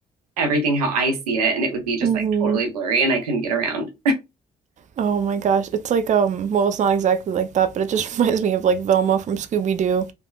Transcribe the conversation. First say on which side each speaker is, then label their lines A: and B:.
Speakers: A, on the right; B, on the right.
A: everything how I see it and it would be just
B: hmm
A: like totally blurry and I couldn't get around.
B: Oh my gosh, it's like um. Well, it's not exactly like that, but it just <laughs> reminds me of like Velma from Scooby Doo,